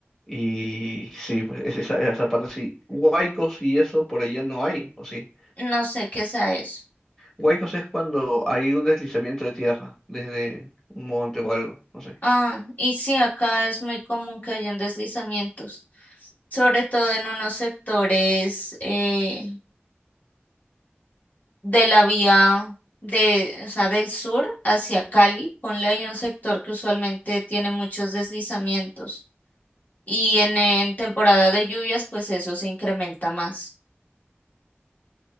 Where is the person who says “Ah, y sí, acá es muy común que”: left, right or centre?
Left